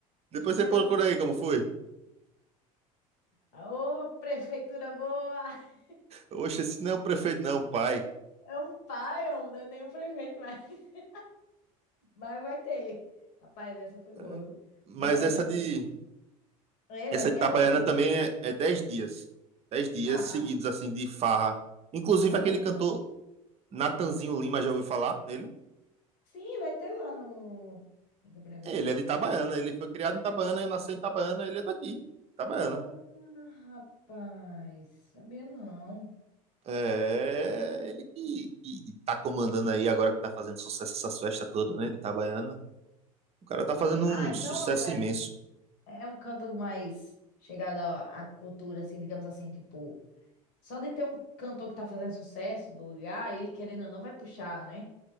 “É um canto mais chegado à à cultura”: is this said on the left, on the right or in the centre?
Left